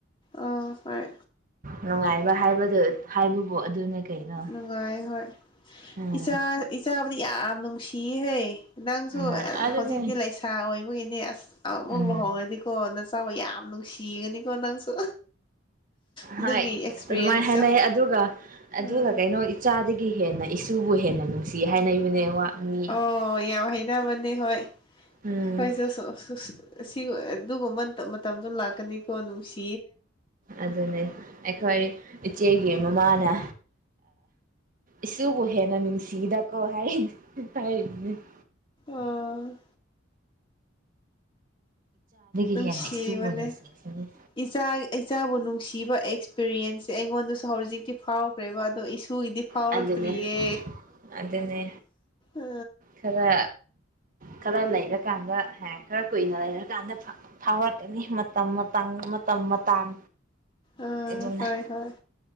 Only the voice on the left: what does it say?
ꯑꯥ ꯍꯣꯏ
ꯅꯨꯡꯉꯥꯏ ꯍꯣꯏ
ꯏꯆꯥ ꯏꯆꯥ꯫ ꯗꯤ ꯌꯥꯝ ꯅꯨꯡꯁꯤꯍꯩ꯫ ꯅꯪꯁꯨ
ꯍꯧꯖꯤꯛꯇꯤ ꯂꯩꯁꯥ ꯑꯣꯏꯕꯒꯤꯅꯦ ꯑꯁ ꯑꯃꯨꯛ
ꯂꯨꯍꯣꯡꯉꯗꯤꯀꯣ ꯅ ꯆꯥꯎꯕꯨ ꯌꯥꯝ ꯅꯨꯡꯁꯤꯒꯅꯤ꯫ ꯅꯪꯁꯨ꯫ ꯑꯗꯨꯒꯤ
ꯑꯦꯛꯁꯄꯤꯔꯤꯌꯦꯟꯁꯇꯣ
ꯎꯝ
ꯑꯣ ꯌꯥꯝ ꯍꯥꯏꯅꯕꯅꯦ ꯍꯣꯏ
ꯑꯩꯈꯣꯏꯁꯨ꯫ ꯑꯗꯨꯒꯨꯝꯕ ꯃꯇꯝꯗꯣ ꯂꯥꯛꯀꯅꯤꯀꯣ ꯅꯨꯡꯁꯤ꯫
ꯑꯣ ꯅꯨꯡꯁꯤꯕꯅꯦ
ꯏꯆꯥ ꯏꯆꯥꯕꯨ ꯅꯨꯡꯁꯤꯕ ꯑꯦꯛꯁꯄꯤꯔꯤꯌꯦꯟꯁ ꯁꯦ ꯑꯩꯉꯣꯟꯗꯁꯨ ꯍꯧꯖꯤꯛꯇꯤ ꯐꯥꯎꯈ꯭ꯔꯦꯕ ꯑꯗꯣ ꯏꯁꯨꯏꯗꯤ ꯐꯥꯎꯔꯛꯇ꯭ꯔꯤꯌꯦ
ꯎ
ꯑꯥ
ꯍꯣꯏ ꯍꯣꯏ